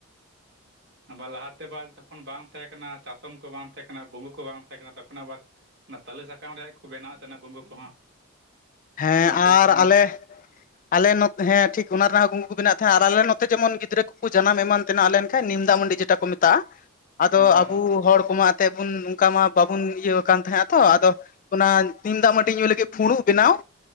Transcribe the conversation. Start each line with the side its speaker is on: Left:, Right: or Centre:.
Right: ᱟᱵᱟᱨ ᱞᱟᱦᱟ ᱛᱮ ᱟᱵᱟᱨ ᱡᱚᱠᱷᱚᱱ ᱵᱟᱝ ᱛᱟᱦᱮᱸ ᱠᱟᱱᱟ ᱪᱟᱛᱚᱢ ᱠᱚ ᱵᱟᱝ ᱛᱟᱦᱮᱸ ᱠᱟᱱᱟ ᱜᱩᱢᱵᱩ ᱠᱚ ᱵᱟᱝ ᱛᱟᱦᱮᱸ ᱠᱟᱱᱟ ᱛᱚᱠᱷᱚᱱ ᱟᱵᱟᱨ ᱚᱱᱟ ᱛᱟᱞᱮ ᱥᱟᱠᱟᱢ ᱨᱮᱭᱟᱜ ᱜᱮᱠᱚ ᱵᱮᱱᱟᱣᱮᱫ ᱛᱟᱦᱮᱱᱟ ᱜᱩᱝᱜᱩ ᱠᱚᱦᱚᱸ᱾
Left: ᱦᱮᱸ
Right: ᱚᱱᱟ
Left: ᱟᱨ
Right: ᱛᱮᱜᱮ ᱠᱚ ᱦᱮᱸ
Left: ᱟᱞᱮ ᱟᱞᱮ ᱱᱚᱛ ᱦᱮᱸ ᱴᱷᱤᱠ ᱚᱱᱟ ᱨᱮᱱᱟᱜ ᱦᱚ ᱠᱩᱝᱜᱩ ᱠᱚ ᱵᱮᱱᱟᱣ ᱦᱮᱸ ᱟᱨ ᱟᱞᱮ ᱱᱚᱛᱮ ᱡᱮᱢᱚᱱ ᱜᱤᱫᱽᱨᱟᱹ ᱠᱚᱠᱚ ᱡᱟᱱᱟᱢ ᱮᱢᱟᱱ ᱛᱮᱱᱟᱜ ᱞᱮᱱᱠᱷᱟᱱ ᱱᱤᱢᱫᱟᱜ ᱢᱟᱹᱰᱤ ᱡᱮᱴᱟ ᱠᱚ ᱢᱮᱛᱟᱜ-ᱟ ᱾ ᱟᱫᱚ
Right: ᱦᱮᱸ
Left: ᱟᱵᱩ ᱦᱚᱲ ᱠᱚᱢᱟ ᱛᱮ ᱵᱚᱱ ᱚᱱᱠᱟ ᱢᱟ ᱵᱟᱵᱚᱱ ᱤᱭᱟᱹ ᱠᱟᱱ ᱛᱟᱦᱮᱸᱜ-ᱟ ᱛᱚ ᱟᱫᱚ ᱚᱱᱟ ᱱᱤᱢ ᱫᱟᱜ ᱢᱟᱹᱰᱤ ᱧᱩᱭ ᱞᱟᱹᱜᱤᱫ ᱯᱷᱩᱲᱩᱜ ᱾ ᱵᱮᱱᱟᱣ